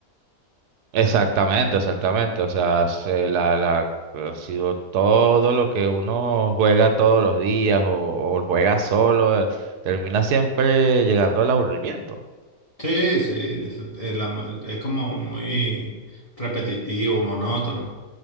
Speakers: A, on the right; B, on the left.
A: Exactamente, exactamente. O sea, se- la, la, ha sido todo lo que uno juega todos los días o, o juega solo, eh, termina siempre llegando al aburrimiento.
B: Sí, sí, es, es la- es como muy repetitivo, monótono.